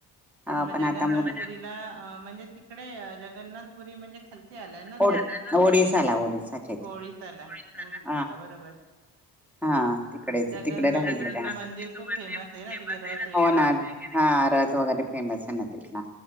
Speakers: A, in the centre; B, on the right.
A: हा
B: पण म जगन्नाथपुरीला
A: आता मुलं
B: अ म्हणजे तिकडे जगन्नाथपुरी म्हणजे खालती आलं ना
A: ओडी
B: ते?
A: ओडिसाला ओडिसाच्या ते
B: ओडिसाला,
A: <unintelligible>
B: ओडिसाला बरोबर.
A: हां तिकडेच
B: जगन्नाथपुरीचं
A: तिकडे राहिले <unintelligible>
B: मंदिर खूप फेमस आहे ना तिकडे रथ वगैरे
A: हो ना हां रथ वगैरे फेमस आहे ना तिथला